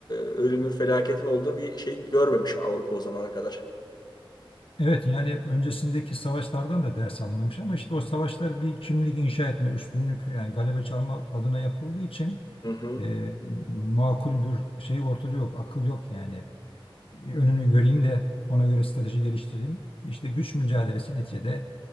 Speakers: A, on the left; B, on the left.
A: ölümün, felaketin olduğu bir şey görmemiş Avrupa o zamana kadar.
B: Evet yani öncesindeki savaşlardan da ders alınmamış ama işte o savaşlar bir kimlik inşa etme, üstünlük yani galebe çalma adına yapıldığı için
A: Hı hı.
B: e, makul bir şey ortada yok, akıl yok yani. bir önünü göreyim de ona göre strateji geliştireyim. İşte güç mücadelesi neticede